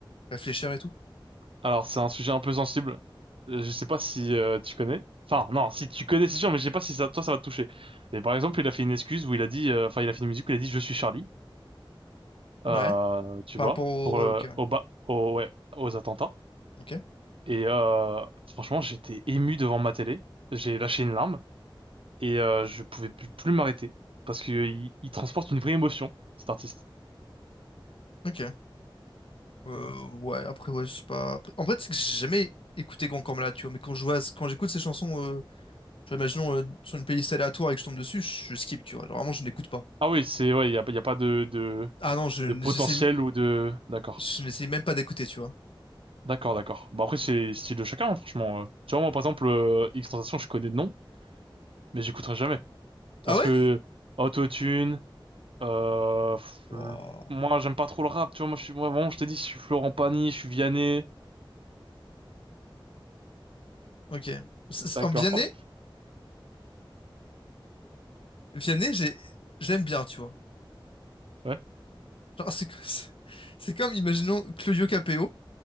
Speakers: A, on the left; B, on the right.
A: réfléchir et tout.
B: Alors, c'est un sujet un peu sensible. Euh, Je sais pas si euh, tu connais. Enfin, non, si tu connais, c'est sûr, mais je sais pas si ça, toi, ça va te toucher. Mais par exemple, il a fait une excuse où il a dit, euh, enfin, il a fait une musique où il a dit, je suis Charlie, euh,
A: Ouais.
B: tu
A: Par
B: vois,
A: rapport au.
B: pour euh,
A: Ouais, ok, ouais.
B: au ba- au- ouais, aux attentats.
A: Ok.
B: Et euh, franchement, j'étais ému devant ma télé. J'ai lâché une larme et euh, je pouvais plus, plus m'arrêter parce que il, il transporte une vraie émotion, cet artiste.
A: Ok. Euh, ouais, après, ouais, je sais pas. Après- En fait, c'est que j'ai jamais écouté Grand Corps tu vois. Mais quand je vois, quand j'écoute ces chansons, euh, genre, imaginons euh, sur une playlist aléatoire et que je tombe dessus, je, je skip, tu vois. Genre, vraiment, je n'écoute pas.
B: Ah oui, c'est ouais, il y a, il y a pas de, de
A: Ah non, je n'essaie,
B: de potentiel ou de. D'accord.
A: je n'essaie même pas d'écouter, tu vois.
B: D'accord, d'accord. Bah après, c'est style de chacun, hein, franchement. euh. Tu vois, moi, par exemple, euh, X-Tentation, je connais de nom, mais j'écouterai jamais.
A: Ah
B: Parce
A: ouais?
B: que Autotune, euh, pff,
A: Oh,
B: le- moi, j'aime pas trop le rap, tu vois. Moi, je suis, moi, vraiment, je t'ai dit, je suis Florent Pagny, je suis Vianney.
A: ok. C'est- c'est-
B: D'accord.
A: En Vianney,
B: <laughs>
A: Vianney, j'ai, j'aime bien, tu vois.
B: Ouais,
A: Genre, c'est, comme- <laughs> c'est comme, imaginons Claudio Capéo.